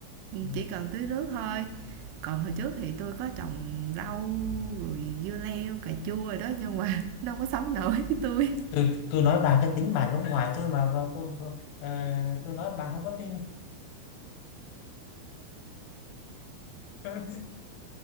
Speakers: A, on the left; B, on the right.
A: Ừm,
B: chỉ cần tưới nước thôi. Còn hồi trước thì tôi có trồng rau rồi dưa leo, cà chua rồi đó nhưng mà <laughs> nó hông có sống nổi với tôi.
A: tôi tui nói bà cái tính bà giống ngoài tôi mà mà tôi ờ, ờ, nói bà không có tin. <laughs>